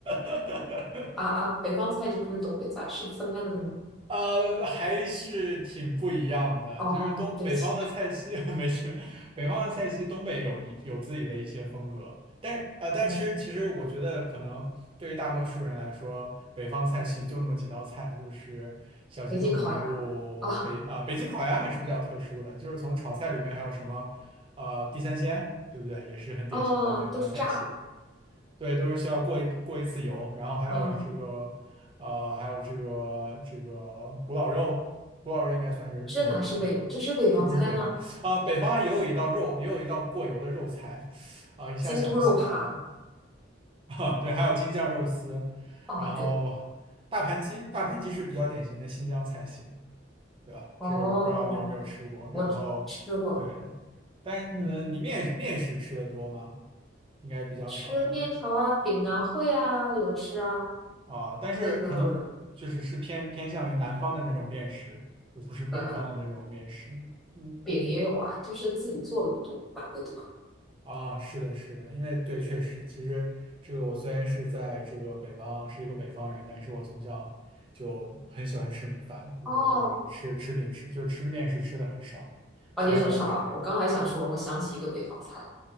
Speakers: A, on the right; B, in the centre.
A: <laughs>
B: 啊啊，北方菜就不是东北菜，是分开的对吗？
A: 呃，还是挺不一样的。
B: 哦，
A: 就是东北方的菜系，
B: 对不起，
A: <laughs> 没事，北方的菜系，东北有一有自己的一些风格。但是，呃，但是其实其实我觉得，
B: 哦，
A: 可能对于大多数人来说，北方菜系就那么几道菜，就是小鸡炖蘑菇、
B: 北京烤鸭。啊。
A: 北啊、北京烤鸭还是比较特殊的。就是从炒菜里面还有什么，呃，地三鲜，对不对？也是很典型的北方菜系。
B: 哦，都是炸的，
A: 对，都是需要过一过一次油，然后还有这个，
B: 嗯，
A: 呃，还有这个这个古老肉，古老肉应该算是算是北方的吧？
B: 这哪是北，这是北方菜吗？
A: 这不是北方啊，北方也有一道肉，也有一道过油的肉菜，啊，一下想不起来了
B: 京都肉扒
A: <laughs> 啊。对，还有京酱肉丝，
B: 啊，
A: 然后
B: 对，
A: 大盘鸡，大盘鸡是比较典型的新疆菜系，对吧？
B: 哦，
A: 这个我不知道你有没有吃过。然后对，
B: 我吃吃过，
A: 但呃，
B: 嗯，
A: 你面面食吃的多吗？应该比较少，
B: 吃面条啊、
A: 对不对？
B: 饼啊、会啊，有吃啊，
A: 啊，但是可能就是是偏偏向于南方的那种面食，
B: 那个
A: 而不是北方的那种面食。
B: 呃，
A: 嗯，
B: 饼也有啊，就是自己做的不多，买的多。
A: 啊，是的，是的，因为对，确实，其实这个我虽然是在这个北方，是一个北方人，但是我从小就很喜欢吃米饭，就是这个吃吃饼吃，
B: 哦，
A: 就是吃面食吃的很少，虽然就是
B: 啊，你很少啊，我刚还想说，我想起一个北方菜，